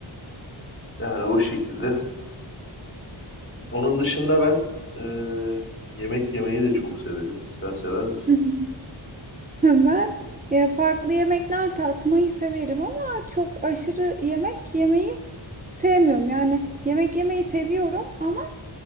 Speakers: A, on the left (about 25°); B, on the right (about 20°).
A: Yani o şekilde. Onun dışında ben e, yemek yemeyi de çok severim. Sen sever misin?
B: <laughs> Ben e, farklı yemekler tatmayı severim ama çok aşırı yemek yemeyi sevmiyorum. Yani yemek yemeyi seviyorum ama